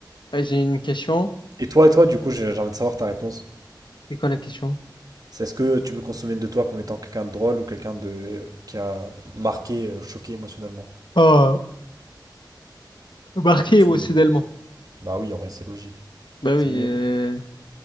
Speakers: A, on the left; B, on the right.
A: ouais, j'ai une question.
B: Et toi, et toi, du coup, j'ai j'ai envie de savoir ta réponse.
A: C'est quoi la question?
B: C'est est-ce que tu veux qu'on se souvienne de toi comme étant quelqu'un de drôle ou quelqu'un de euh, qui a marqué, euh, choqué émotionnellement?
A: Oh, marqué
B: Tu
A: émotionnellement.
B: Bah oui, en vrai, c'est logique.
A: Bah
B: C'est
A: oui,
B: mieux.
A: euh,